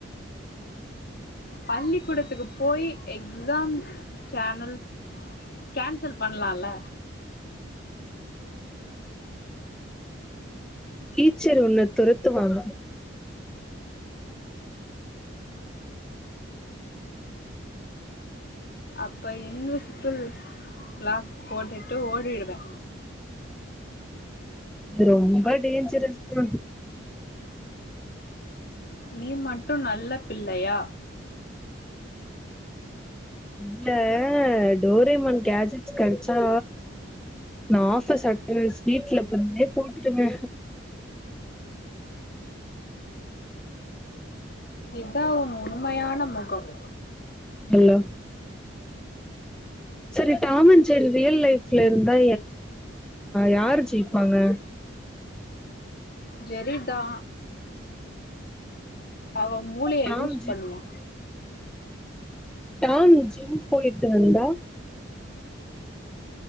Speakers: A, on the left; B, in the centre.
A: பள்ளிக்கூடத்துக்கு போய் எக்ஸாம் சேனல் கேன்சல் பண்ணலாம்ல
B: டீச்சர் உன்ன துரத்துவாங்க
A: அப்போ இன்விசிபில் லாக் போட்டுட்டு ஒடிடுவே
B: நீ ரொம்ப டேஞ்சரஸ்தா
A: நீ மட்டும் நல் நல்ல பிள்ளையா
B: இல்ல டோரேமான் கேஜட்ஸ் கெடைச்சா நா ஆஃபிஸ் அட்னன்ஸ் வீட்ல இருந்தே போட்டுடுவே
A: இதான் உன் உண்மயான முகம்
B: ஹலோ செரி டாமஞ்சரி ரியல் லைப்ல இருந்தா யாரு ஜெயிப்பாங்க
A: ஜெரி தான் அவ மூளைய
B: டாம்
A: யூஸ் பண்ணுவா
B: டான் ஜிம் போயிட்டு வந்தா